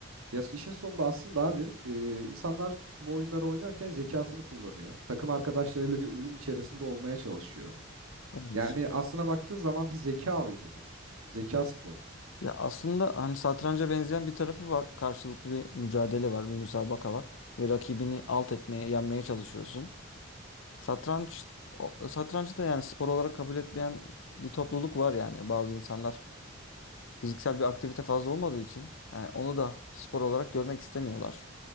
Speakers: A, on the right; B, on the left.
A: Ya işin sonunda aslında abi e, insanlar bu oyunları oynarken zekasını kullanıyor. Takım arkadaşlarıyla bir uyum içerisinde olmaya çalışıyor.
B: Evet.
A: Yani aslına baktığın zaman bir zeka oyunu bu. Zeka sporu.
B: Ya aslında hani satranca benzeyen bir tarafı var. Karşılıklı bir mücadele var, bir müsabaka var ve rakibini alt etmeye, yenmeye çalışıyorsun. Satranç o- satrancı da yani spor olarak kabul etmeyen bir topluluk var yani. Bazı insanlar fiziksel bir aktivite fazla olmadığı için yani onu da spor olarak görmek istemiyorlar.